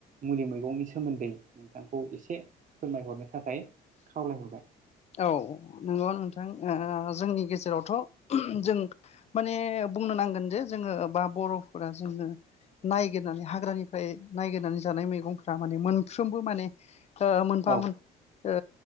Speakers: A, on the right; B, on the left.
A: मुलि मैगंनि सोमोन्दै नोंथांखौ एसे फोरमायहरनो थाखाय खावलायहरबाय‌।
B: औ नंगौ नोंथां ओ जोंनि गेजेरावथ' जों माने बुंनो नांगोन जे जोङो बा बर'फोरा जोङो नायगिरनानै हाग्रानिफ्राय नायगिरनानै जानाय मैगंफ्रा माने मोनफ्रोमबो माने ओ मोनफा
A: औ
B: मोन ओ